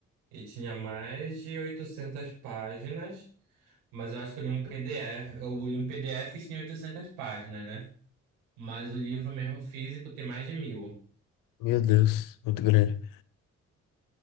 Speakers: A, on the right; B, on the left.
A: E tinha mais de 800 páginas, mas eu acho que eu li um PDF. Eu li um PDF que tinha 800 páginas, né? Mas o livro mesmo físico tem mais de mil.
B: Meu Deus, muito grande.